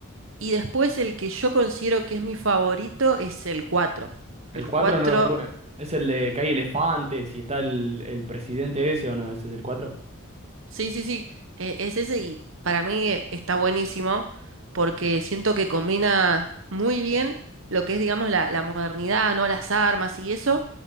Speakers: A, on the right (about 65°); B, on the right (about 30°).
A: Y después el que yo considero que es mi favorito es el 4.
B: El
A: El
B: cuatro
A: 4.
B: no lo jugué. Es el de que hay elefantes y está el, el presidente ese o no. ¿Ese es el 4?
A: Sí, sí, sí, eh, es ese y para mí eh, está buenísimo porque siento que combina muy bien lo que es, digamos, la, la modernidad, ¿no? Las armas y eso